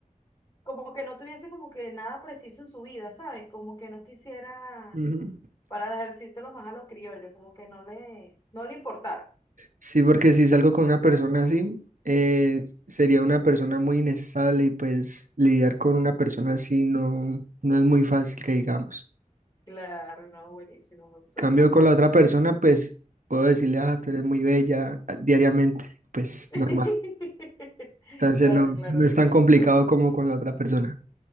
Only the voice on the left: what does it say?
como que no tuviese como que nada preciso en su vida, ¿sabes? Como que no quisiera
para dejárselos más a los criollos, como que no le, no le importara.
Claro, no, buenísimo, me gustó
tu respuesta.
<laughs>
Claro,
claro,
te
comprendo.